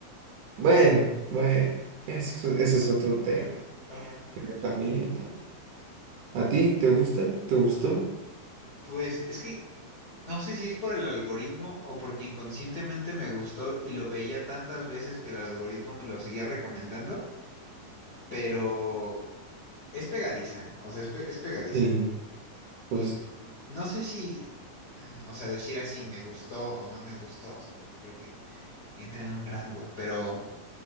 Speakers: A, on the right (about 75°); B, on the left (about 70°).
A: Bueno, bueno, eso es- ese es otro tema.
B: Ajá.
A: Pero también, también. ¿A ti te gusta? ¿Te gustó?
B: Pues es que no sé si es por el algoritmo o porque inconscientemente me gustó y lo veía tantas veces que el algoritmo me lo seguía recomendando, pero es pegadiza, o sea, es, pe- es pegadiza.
A: Sí, justo.
B: Y no sé si, <clears throat> o sea, decir así me gustó o no me gustó, o sea, porque creo que entra en un rango, pero